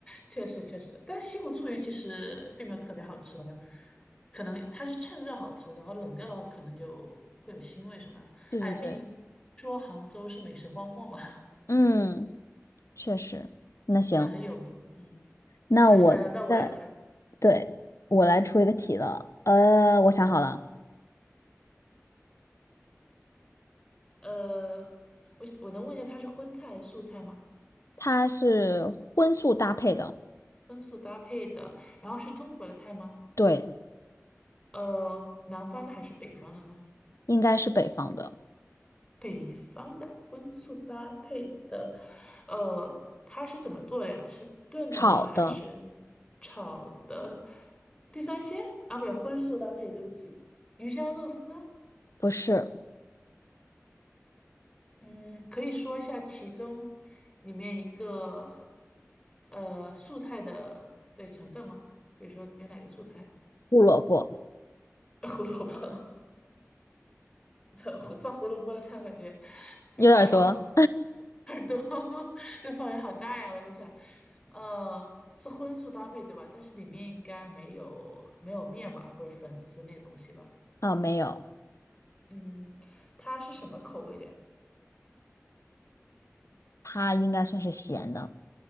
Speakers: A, on the left; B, on the left.
A: 确实确实，但西湖醋鱼其实并没有特别好吃，好像可能它是趁热好吃，然后冷掉的话可能就会有腥味什么的。
B: 对对对，
A: 哎，毕竟说杭州是美食荒漠嘛，
B: 嗯，确实。
A: <laughs>
B: 那行，
A: 虽然很有名，嗯。
B: 那我再，
A: 那现在轮到我来猜了，
B: 对，我来出一个题了。呃，我想好了，
A: 呃，我我能问一下它是荤菜还是素菜吗？
B: 它是荤素搭配的，
A: 荤素搭配的，然后是中国的菜吗？
B: 对，
A: 呃，南方的还是北方的呢？
B: 应该是北方的，
A: 北方的荤素搭配的，呃，它是怎么做的呀？是炖的吗？
B: 炒的
A: 还是炒的？地三鲜啊，不对，荤素搭配，对不起，鱼香肉丝。
B: 不是
A: 嗯，可以说一下其中里面一个呃素菜的对成分吗？比如说有哪个素菜？
B: 胡萝卜，
A: <laughs> 胡萝卜，<laughs> 这胡放胡萝卜的菜感觉有不少呀、
B: 有点多
A: 耳朵 <laughs> 那范围好大呀！我在想，呃，是荤素搭配对吧？但是里面应该没有没有面吧，或者粉丝那些东西吧？
B: <laughs> 啊，没有，
A: 嗯，它是什么口味的呀？
B: 它应该算是咸的，